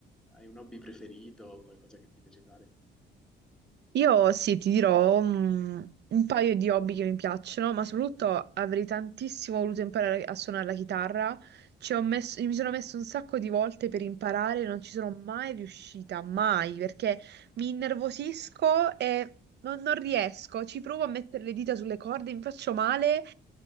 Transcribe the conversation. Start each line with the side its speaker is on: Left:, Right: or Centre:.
Centre: hai un hobby preferito, qualcosa che ti piace fare?
Right: Io sì, ti dirò mm, un paio di hobby che mi piacciono, ma soprattutto avrei tantissimo voluto imparare a suonare la chitarra. Ci ho messo, mi sono messo un sacco di volte per imparare, non ci sono mai riuscita, mai, perché mi innervosisco e non, non riesco. Ci provo a mettere le dita sulle corde, mi faccio male.